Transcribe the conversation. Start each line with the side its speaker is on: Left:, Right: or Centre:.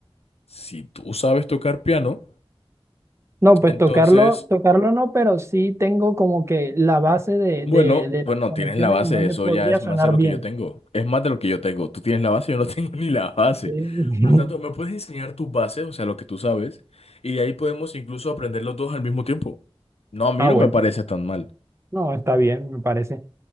Left: si tú sabes tocar piano,
Right: No, pues
Left: entonces
Right: tocarlo, tocarlo no, pero sí tengo como que la base de, de,
Left: Bueno,
Right: de
Left: pues
Right: las
Left: no
Right: conexiones
Left: tienes la base,
Right: en donde
Left: eso
Right: podría
Left: ya es
Right: sonar
Left: más de lo
Right: bien.
Left: que yo tengo. Es más de lo que yo tengo. Tú tienes la base, yo no <laughs> tengo ni la base.
Right: Sí. <laughs>
Left: Por lo tanto, me puedes enseñar tus bases, o sea, lo que tú sabes, y de ahí podemos incluso aprender los dos al mismo tiempo. No, a mí
Right: Ah,
Left: no
Right: bueno,
Left: me parece tan mal.
Right: no, está bien, me parece.